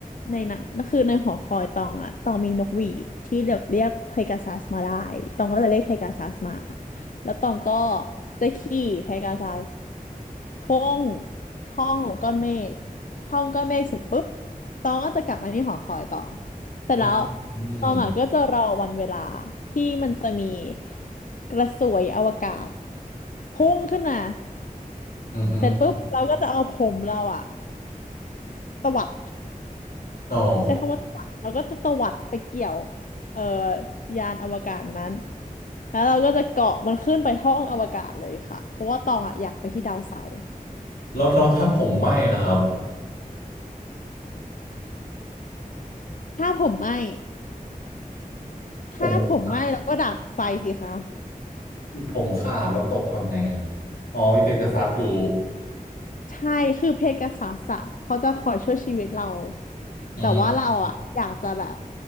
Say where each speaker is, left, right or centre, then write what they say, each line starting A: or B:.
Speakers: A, on the left; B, on the left.
A: ในนั้นคือในหอคอยตองอะตองมีนกหวีดที่แบบเรียกเพกาซัสมาได้ตองก็จะเรียกเพกาซัสมาแล้วตองก็จะขี่เพกาซัสท่องท่องก้อนเมฆท่องก้อนเมฆเสร็จปุ๊บตองก็จะกลับมาที่หอคอยตองเสร็จแล้ว
B: อืมอืม
A: ตองอะก็จะรอวันเวลาที่มันจะมีกระสวยอวกาศพุ่งขึ้นมา
B: อือฮึ
A: เสร็จปุ๊บเราก็จะเอาผมเราอะ ตวัด
B: อ๋อ
A: ใช้คำว่าตวัดเราก็จะตวัดไปเกี่ยวเอ่อยานอวกาศนั้นแล้วเราก็จะเกาะมันขึ้นไปท้องอวกาศเลยค่ะเพราะว่าตองอ่ะอยากไปที่ดาวเสาร์
B: แล้วแล้วถ้าผมไหม้ล่ะครับ
A: ถ้าผมไหม้ถ้าผมไหม้เราก็ดับไฟสิคะ
B: ผมผมขาดแล้วตกทำไงอ่ะอ๋อมีเพกาซัสอยู่
A: ใช่ คือเพกาซัสอะเขาจะคอยช่วยชีวิตเรา
B: อืม
A: แต่ว่าเราอะอยากจะแบบ